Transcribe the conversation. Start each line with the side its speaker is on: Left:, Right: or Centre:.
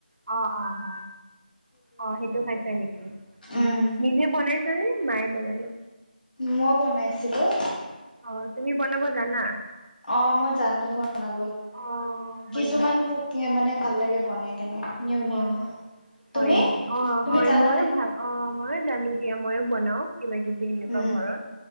Right: অ অ অ অ সেইটো খাইছে নেকি?
Left: উম
Right: নিজে বনাইছানে মায়ে বনালে?
Left: মই বনাইছিলোঁ।
Right: অ তুমি বনাব জানা?
Left: অ মই জানো বনাব,
Right: অ হয়
Left: কিছুমান
Right: নেকি?
Left: কুক <inaudible> মানে ভাল লাগে বনাই কেনে। নিউ নিউ
Right: অ হয়
Left: তুমি
Right: নেকি অ
Left: তুমি
Right: হয়
Left: জানানে
Right: মইও ভাল অ ময়ো জানো দিয়া মইও বনাও কিবা কিবি এনেকুৱা
Left: উম
Right: ঘৰত